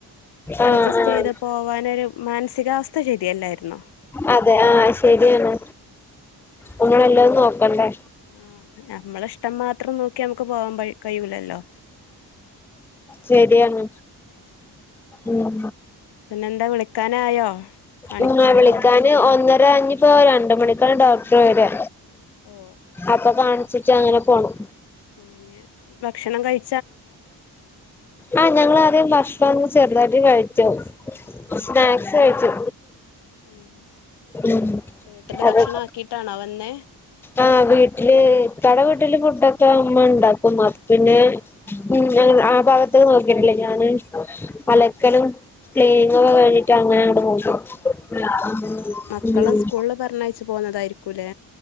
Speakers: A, in the centre; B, on the left.
A: ആഹ്
B: അഡ്ജസ്റ്റ്
A: ആഹ്
B: ചെയ്ത് പോവാന് ഒരു മന സികാവസ്ഥ ശരിയല്ലായിര്ന്നൊ
A: അതെ ആഹ് ശരിയാണ് നമ്മള് എല്ലതും നോക്കണ്ടേ
B: ആ നമ്മള ഇഷ്ടം മാത്രം നോക്കി ഞമക്ക് പോവാബൈ കയൂല്ലല്ലോ
A: ശരിയാണ് ഉം
B: പിന്നെന്താ വിളിക്കാനായോ കാണിച്ചോ
A: ഇങ്ങളെ വിളിക്കാൻ ഒന്നര ഇഞ്ഞിപ്പോ രണ്ട് മണിക്കാണ് ഡോക്ടർ വരാ
B: ഓ
A: അപ്പൊ കാണി ച്ചിട്ട് അങ്ങനെ പോണം
B: ആ നെ ഭക്ഷണം കഴി
A: ആഹ് ഞങ്ങള് ആദ്യം ഭക്ഷണം ഒന്ന് ചെറുതായിട്ട് കഴിച്ചു
B: ഉം
A: സ്നാക്സ് കഴിച്ചു
B: ഉം
A: ഉം
B: വീട്ടില്
A: അതെ
B: ഭക്ഷണം ആക്കിട്ടാണോ വന്നേ
A: ആഹ് വീട്ടില് ഇക്കാടെ വീട്ടില് ഫുഡൊക്കെ ഉമ്മ ഇണ്ടാക്കും അപ്പൊ പിന്നെ ഉം ആ ഭാഗത്തേക്ക് നോക്കിയിട്ടില്ലേ ഞാന് അലക്കലും ക്ലിനുകൾ കഴിഞ്ഞിട്ട് അങ്ങന അങ്ങോട്ട്‌ പോയി നോക്കു
B: മക്കളെ
A: ഉം
B: സ്കൂളില് പറഞ്ഞയച്ചു പോന്നതായിരിക്കൂല്ലേ